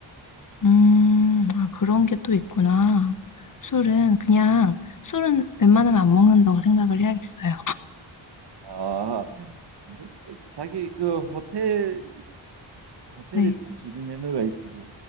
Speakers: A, on the left (about 45°); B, on the right (about 60°).
A: 음. 아 그런 게 또 있구나. 술은 그냥
B: 음.
A: 술은 웬만하면 안 먹는다고 생각을 해야겠어요.
B: 아, 뭐, 자기 그 호텔에 호텔에서도
A: 네.
B: 주류 매너가 있어서